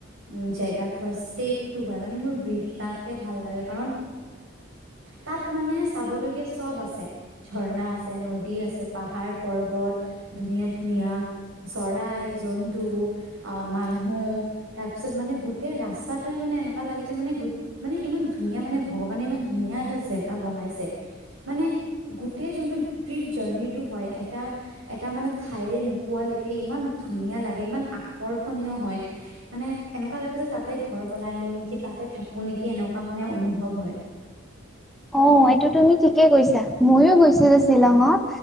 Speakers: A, on the right; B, in the centre.
A: উমঁ' জেগাটো হয় ষ্টেটটো হয় মানে মোৰ বিৰাটে ভাল লাগে কাৰণ তাত মানে চাবলগীয়া চ'ব আছে। ঝৰ্ণা আছে, নদী আছে, পাহাৰ পৰ্বত ধুনীয়া ধুনীয়া চৰাই, জন্তু আহ মানুহ তাৰপিছত মানে গোটেই ৰাস্তাটোৱে মানে এনেকুৱা লাগিছে মানে মানে ইমান ধুনীয়া মানে ভগৱানে ইমান ধুনীয়া এটা জেগা বনাইছে। মানে গোটেই যোনটো ট্ৰিপ জাৰ্ণিটো হয় এটা। এটা মানে ঠাইলে নোপোৱালৈকে ইমান ধুনীয়া লাগে, ইমান আকৰ্ষণীয় হয়। মানে এনেকুৱা লাগে যে তাতে ঘৰ বনাই লো নেকি, তাতে থাকো নেকি, এনেকুৱা মানে অনুভৱ হয়।
B: অ এইটো তুমি ঠিকে কৈছা। ময়ো গৈছিলো শ্বিলঙত।